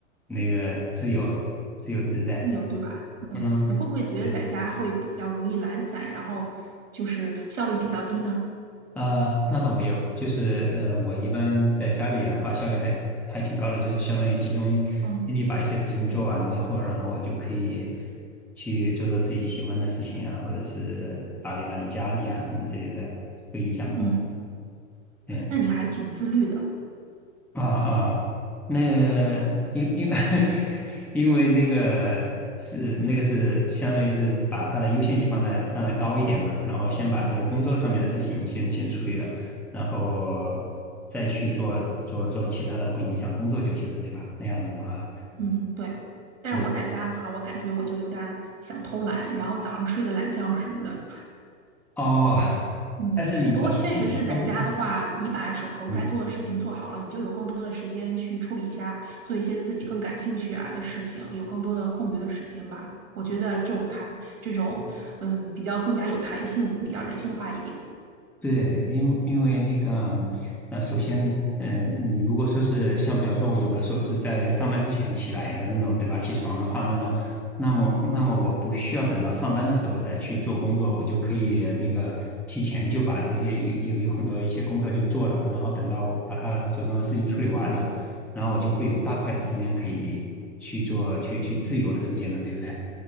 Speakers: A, in the centre; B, on the right.
A: 那个自由、自由自在。
B: 自由，对吧？嗯，
A: 嗯
B: 你会不会觉得在家会比较容易懒散，
A: 嗯，
B: 然后就是效率比较低呢？
A: 啊、那倒没有，就是呃，我一般在家里的话，效率还还挺高的，就是相当于集中精力把一些事情做完之后，
B: 嗯
A: 然后我就可以去做做自己喜欢的事情啊，或者是打理打理家里啊什么之类的，不影响工作。
B: 嗯，
A: 对
B: 那你还挺自律的。
A: 啊啊，那因因 <laughs> 因为那个是那个是相当于是把他的优先级放在放在高一点嘛，然后先把这个工作上面的事情先先处理了，然后再去做做做其他的，不影响工作就行了，对吧？那样子的话，
B: 嗯，对。但是我在家的话，
A: 两
B: 我感觉我就有点儿想偷懒，然后早上睡个懒觉什么的。
A: 哦，<laughs>
B: 嗯，
A: 但是你咱们起来干，
B: 不过确实是在家的话，你把手头该做的事情做好了，
A: 嗯，
B: 你就有更多的时间去处理一下，做一些自己更感兴趣啊的事情，有更多的空余的时间吧。我觉得这种弹，这种嗯，比较更加有弹性，比较人性化一点。
A: 对，因为因为那个，呃，首先，嗯、你如果说是像比方说，我有的时候是在上班之前起来的那种，对吧？起床的话，那种，那么那么我不需要等到上班的时候再去做工作，我就可以那个提前就把这些有有有很多一些工作就做了，然后等到把他手上的事情处理完了，然后我就会有大块的时间可以去做去去自由的时间了，对不对？